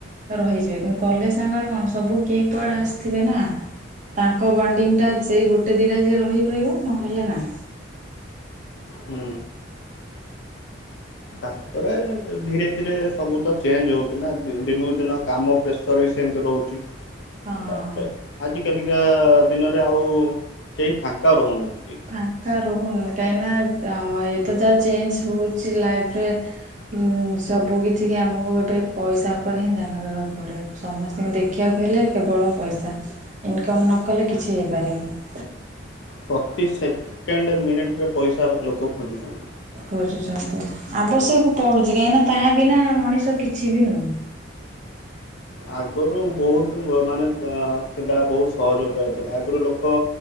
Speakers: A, on the right (about 40°); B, on the left (about 65°).
A: ରହିଯିବେ କିନ୍ତୁ କଲେଜ ତାଙ୍କର କଣ ସବୁ କିଏ କୁଆଡ଼େ ଆସିଥିବେ ନା ତାଙ୍କ ବଣ୍ଡିଙ୍ଗ ଟା ସେ ଗୋ ଗୋଟେ ଦିଇଟା ଯିଏ ରହିିବ ରହିବ ନହଲେ ନାହିଁ।
B: ହୁଁ। ତାପରେ ଧୀରେ ଧୀରେ ସବୁ ତ ଚେଞ୍ଚ ହଉଚି ନା ଦିନକୁ ଦିନ କାମ ପ୍ରେସ ସର ବି ସେମତି ରହୁଚି।
A: ହଁ
B: ତାପରେ ଆଜିକାଲିକା ଦିନରେ ଆଉ କେହି ଫାଙ୍କା ରହୁନାହାନ୍ତି।
A: ଫାଙ୍କା ରହୁନ୍ କାଇଁ ନା ଅ ଏଇତ ଯାହା ଚେଞ୍ଚ ହଉଚି ଲାଇଫରେ ହୁଁ ସବୁକିଛି କି ଆମକୁ ଏବେ ପଇସା ଉପରେ ହିଁ ଧ୍ୟାନ ଦେବାକୁ ପଡ଼ିବ। ସମସ୍ତିଙ୍କି ଦେଖିବାକୁ ହେଲେ କେବଳ ପଇସା ଇନକମ୍ ନ କଲେ କିଛି ହେଇପାରିବନି।
B: ପ୍ରତି ସେକେଣ୍ଡ ମିନିଟ୍ ରେ ପଇସା ଲୋକ ଖୋଜୁଚନ୍ତି।
A: ଖୋଜୁଛନ୍ତି ଆବଶ୍ୟକ ପଡ଼ୁଚି କାଇଁନା ତା ବିନା ମଣିଷ କିଛି ବି ନୁହୁଁ।
B: ଆଗରୁ ବହୁତୁ ଲୋ ମାନେ ଅ ଥିଲା ବହୁତ ସହଜ ଅପାୟ ଥିଲା ଆଗୁରୁ ଲୋକ